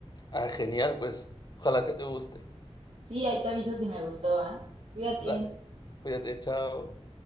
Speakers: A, on the left (about 40°); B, on the right (about 65°).
A: Ah, genial, pues ojalá que te guste.
B: Sí, ahí te aviso si me gustó, ¿ah? Cuídate.
A: Dale, cuídate, chao.